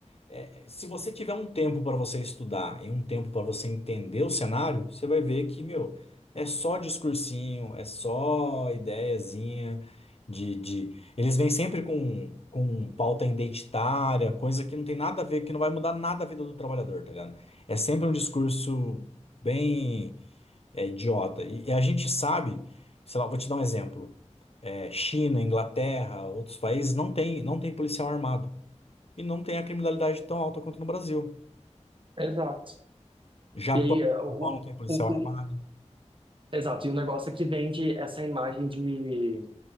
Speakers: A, on the left (about 55°); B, on the right (about 45°).
A: é, se você tiver um tempo para você estudar e um tempo para você entender o cenário, você vai ver que, meu, é só discursinho, é só ideiazinha de, de... Eles vêm sempre com, com pauta identitária, coisa que não tem nada a ver, que não vai mudar nada a vida do trabalhador, tá ligado? É sempre um discurso bem é, idiota. E, e a gente sabe, sei lá, vou te dar um exemplo. É, China, Inglaterra, outros países não tem, não tem policial armado. E não tem a criminalidade tão alta quanto no Brasil.
B: Exato.
A: Japão,
B: E aí, é, o,
A: Japão não tem policial
B: o,
A: armado.
B: o- exato, e o negócio é que vende essa imagem de,